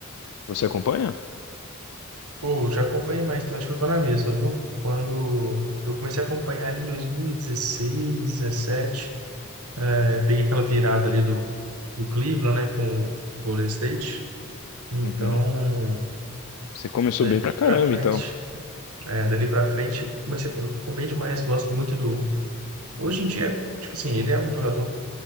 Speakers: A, on the left (about 80°); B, on the right (about 90°).
A: Você acompanha?
B: Pô, já acompanhei mais também, acho que eu tô na mesma, viu? Quando eu comecei a acompanhar ali em 2016, dezessete Eu peguei aquela virada ali do, do Cleveland, né, com o Golden State. Então,
A: Uhum. Você começou
B: dali
A: bem pra caramba,
B: pra frente,
A: então.
B: é, dali para frente, eu comecei, eu acompanhei demais, gosto muito do. Hoje em dia, tipo assim, ele é um jogador